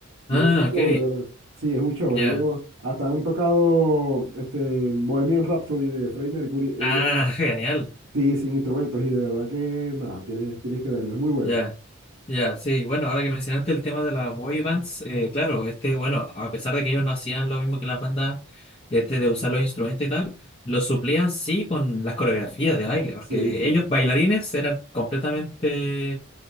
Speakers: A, on the right; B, on the left.
A: y
B: Ah,
A: es un
B: ok.
A: show, de verdad. Sí, es un show.
B: Ya.
A: Ellos hasta han tocado este, Bohemian Rhapsody de Freddie Mercury, ellos
B: Ah, <laughs> genial.
A: sí, sin instrumentos y de verdad que nada, tienes, tienes que verlo, es muy bueno.
B: Ya. Ya, sí, bueno, ahora que mencionaste el tema de las boy bands, eh, claro, este, bueno, a pesar de que ellos no hacían lo mismo que las bandas, este, de usar los instrumentos y tal, lo suplían sí con las coreografías de baile, porque
A: Sí, sí, sí.
B: ellos bailarines eran completamente